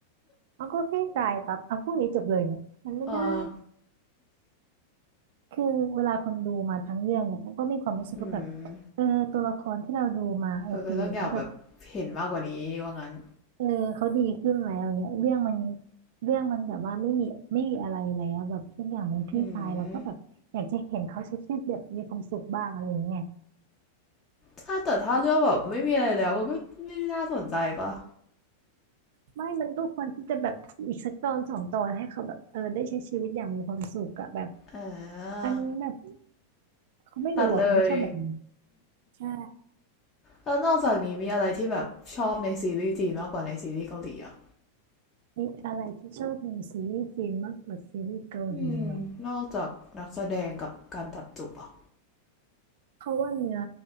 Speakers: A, on the right; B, on the left.
A: เอาก็คลี่คลายปั๊บเอาพรุ่งนี้จบเลยเนี่ยมันไม่ได้
B: เออ
A: คือเวลาคนดูมาทั้งเรื่องเนี่ยมันก็มีความรู้สึกก็แบบ
B: อืม
A: เออตัวละครที่เราดูมาโอเคเขาแบบ
B: เออก็ต้องอยากแบบเห็นมากกว่านี้ว่างั้น
A: เออเขาดีขึ้นแล้วเนี่ยเรื่องมันเรื่องมันแบบว่าไม่มีไม่มีอะไรแล้วแบบทุกอย่างมันคลี่คลายเราก็แบบอยากจะเห็นเขาใช้ชีวิตแบบมีความสุขบ้างอะไรอย่างเงี้ย
B: อืม ถ้าแต่ถ้าเรื่องแบบไม่มีอะไรแล้วมันก็ไม่ได้น่าสนใจปะ
A: ไม่มันก็ควรที่จะแบบอีกสักตอนสองตอนให้เขาแบบเออได้ใช้ชีวิตอย่างมีความสุขอะแบบ
B: อ่
A: อันนี้แบบ
B: า
A: เขาไม่รู้อะเขาไม่ชอบแบบนี้
B: ตัดเลย
A: ใช่
B: แล้วนอกจากนี้มีอะไรที่แบบชอบในซีรีส์จีนมากกว่าในซีรีส์เกาหลีอ่ะ
A: มีอะไรที่ชอบในซีรีส์จีนมากกว่าซีรีส์เกาหลีเหรอ
B: อืมนอกจากนักแสดงกับการตัดจบอ่ะ
A: เพราะว่าเนื้อ